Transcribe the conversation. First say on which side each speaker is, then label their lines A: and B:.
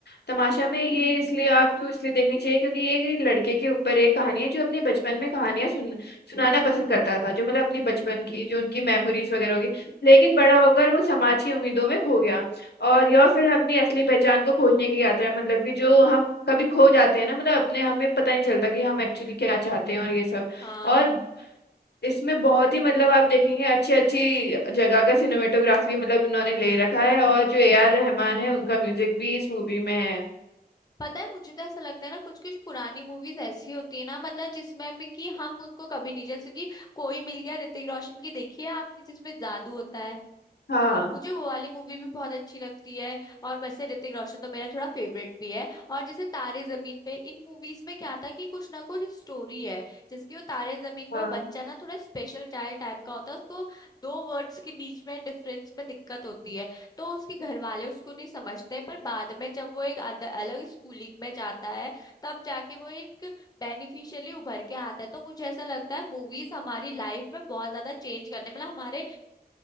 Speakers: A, on the left (about 80°); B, on the left (about 25°).
A: तमाशा में ये इसलिए आपको इसलिए देखनी चाहिए क्योंकि ये एक लड़के के ऊपर एक कहानी है जो अपने बचपन में कहानियां सुन सुनाना पसंद करता था जो मतलब अपने बचपन की जो उनकी मेमोरीज वगैरह होगी लेकिन बड़ा होकर वो समाज की उम्मीदों में खो गया और यह फिल्म अपनी असली पहचान को खोजने की यात्रा है मतलब कि जो हम कभी खो जाते हैं ना मतलब अपने हमें पता नहीं चलता कि हम एक्चुअली क्या चाहते हैं और ये सब
B: हाँ
A: और इसमें बहुत ही मतलब आप देखेंगे अच्छी अच्छी जगह का सिनेमेटोग्राफी मतलब इन्होंने ले रखा है और जो ए आर रहमान है उनका म्यूजिक भी इस मूवी में है
B: पता है मुझे तो ऐसा लगता है ना कुछ कुछ पुरानी मूवीज ऐसी होती है ना मतलब जिसमें भी कि हम उनको कभी नहीं जैसे कि कोई मिल गया ऋतिक रोशन की देखी है आपने जिसमें जादू होता है
A: हाँ
B: मुझे वो वाली मूवी भी बहुत अच्छी लगती है और वैसे ऋतिक रोशन तो मेरा थोड़ा फेवरेट भी है और जैसे तारे जमीन पे इन मूवीज में क्या था कि कुछ ना कुछ स्टोरी है जैसे कि वो तारे जमीन पे
A: हाँ
B: वो बच्चा ना थोड़ा स्पेशल चाइल्ड टाइप का होता है उसको दो वर्ड्स के बीच में डिफरेंस में दिक्कत होती है तो उसके घर वाले उसको नहीं समझते पर बाद में जब वो एक अद- अलग स्कूलिंग में जाता है तब जाके वो एक बेनिफिशियली उभर के आता है तो मुझे ऐसा लगता है मूवीज हमारी लाइफ में बहुत ज्यादा चेंज करने मतलब हमारे